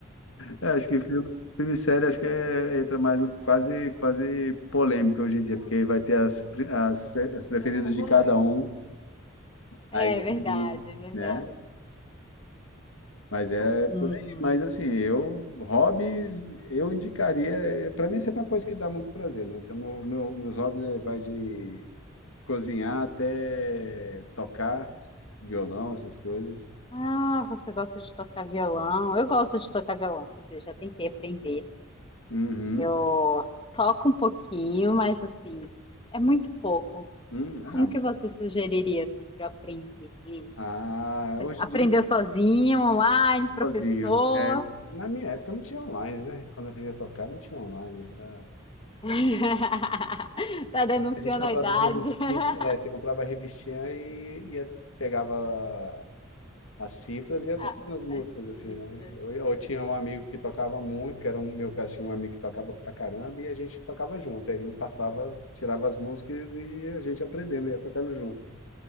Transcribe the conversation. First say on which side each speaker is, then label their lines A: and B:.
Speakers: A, on the left; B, on the left.
A: É, acho que filme, filme e série acho que é- entra mais no quase, quase polêmico hoje em dia, porque vai ter as, pre- as, pre- as preferidas de cada um. Aí,
B: É verdade, é verdade.
A: né? Mas é
B: Uhum.
A: por aí. Mas assim, eu, hobbies, eu indicaria. Para mim, sempre é uma coisa que dá muito prazer, né? Então, meu, meu- meus hobbies é- vai de cozinhar até tocar violão, essas coisas.
B: Ah, você gosta de tocar violão? Eu gosto de tocar violão, quer dizer, já tentei aprender.
A: Uhum.
B: Eu toco um pouquinho, mas assim, é muito pouco.
A: Hum, ah,
B: Como que você sugeriria assim para aprender?
A: ah,
B: Você
A: hoje
B: aprendeu
A: em dia,
B: sozinho, online, professor?
A: sozinho. É, na minha época não tinha online, né? Quando eu aprendi a tocar, não tinha online. Era, era-
B: <laughs> tá denunciando
A: a gente comprava
B: a idade,
A: as revistinhas,
B: <laughs>
A: é, você comprava a revistinha e, e pegava as cifras e ia
B: Ah,
A: tocando as músicas,
B: as cifras.
A: assim, né? Eu, eu tinha um amigo que tocava muito, que era um meu caso, tinha um amigo que tocava pra caramba, e a gente tocava junto. Aí ele me passava, tirava as músicas e a gente aprendendo, ia tocando junto.